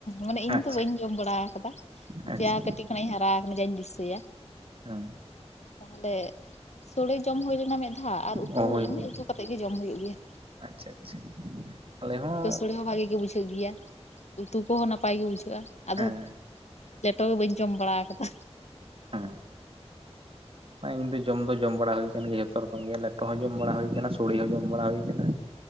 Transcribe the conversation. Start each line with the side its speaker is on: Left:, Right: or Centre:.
Left: ᱢᱟᱱᱮ ᱤᱧ
Right: ᱟᱪᱪᱷᱟ
Left: ᱫᱚ ᱵᱟᱹᱧ ᱡᱚᱢ ᱵᱟᱲᱟ ᱠᱟᱫᱟ,
Right: ᱟᱪᱪᱷᱟ
Left: ᱡᱟ ᱠᱟᱹᱴᱤᱡ ᱠᱷᱚᱱᱟᱜ ᱤᱧ ᱦᱟᱨᱟ ᱠᱟᱱᱟ ᱡᱟᱧ ᱫᱤᱥᱟᱹᱭᱟ᱾
Right: ᱦᱮᱸ᱾
Left: ᱛᱟᱦᱚᱞᱮ ᱥᱳᱲᱮ ᱡᱚᱢ ᱦᱩᱭ ᱞᱮᱱᱟ ᱢᱤᱫ ᱫᱷᱟᱣ ᱟᱨ ᱩᱛᱩ
Right: ᱦᱳᱭ
Left: ᱮᱢᱱᱤ
Right: ᱦᱳᱭ
Left: ᱩᱛᱩ ᱠᱟ ᱠᱟᱛᱮᱫ ᱜᱮ ᱡᱚᱢ ᱦᱩᱭᱩᱜ ᱜᱮᱭᱟ᱾
Right: ᱟᱪᱪᱷᱟ ᱟᱪᱪᱷᱟ᱾ ᱟᱞᱮ ᱦᱚᱸ
Left: ᱯᱷᱩᱴᱠᱟ ᱥᱚᱲᱮ ᱦᱚᱸ ᱵᱷᱟᱜᱮ ᱜᱮ ᱵᱩᱡᱷᱟᱹᱜ ᱜᱤᱭᱟ, ᱩᱛᱩ ᱠᱚᱦᱚᱸ ᱱᱟᱯᱟᱭ ᱜᱮ ᱵᱩᱡᱷᱟᱹᱜᱼᱟ, ᱟᱫᱚ
Right: ᱦᱮᱸ
Left: ᱞᱮᱴᱚ ᱜᱮ ᱵᱟᱹᱧ ᱡᱚᱢ ᱵᱟᱲᱟ ᱠᱟᱫᱟ᱾
Right: ᱦᱮᱸ᱾ ᱤᱧ ᱫᱚ ᱡᱚᱢ ᱫᱚ ᱡᱚᱢ ᱵᱟᱲᱟ ᱦᱩᱭ ᱠᱟᱱ ᱜᱮᱭᱟ ᱡᱷᱚᱛᱚ ᱨᱚᱠᱚᱢ ᱜᱮ ᱞᱮᱴᱚ ᱦᱚᱸ ᱡᱚᱢ ᱵᱟᱲᱟ ᱦᱩᱭ ᱠᱟᱱᱟ, ᱥᱳᱲᱮ ᱦᱚᱸ ᱡᱚᱢ ᱵᱟᱲᱟ ᱦᱩᱭ ᱠᱟᱱᱟ᱾